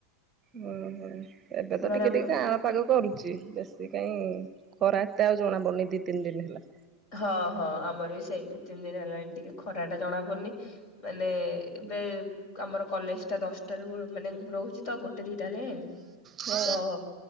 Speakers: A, on the right; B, on the left.
A: ହୁଁ ହୁଁ ଏବେ ତ
B: ଦ୍ଵାରା
A: ଟିକେ
B: ମୁଁ
A: ଟିକେ କାଁଆଳ ପାଗ କରୁଚି ବେଶୀ କାଇଁ ଖରା ଏତେ ଆଉ ଜଣା ପଡୁନି ଦି ତିନି ଦିନ ହେଲା।
B: ହଁ ହଁ ଆମର ବି ସେଇ ଦି ତିନି ଦିନ ହେଲାଣି ଟିକେ ଖରା ଟା ଜଣା ପଡୁନି ମାନେ ଏବେ ଆମର କଲେଜ ଟା ଦଶଟା ରୁ ମାନେ ରହୁଛି ତ ଗୋଟେ ଦିଟା ଜାଙ୍କେ।
A: ହଁ
B: ତ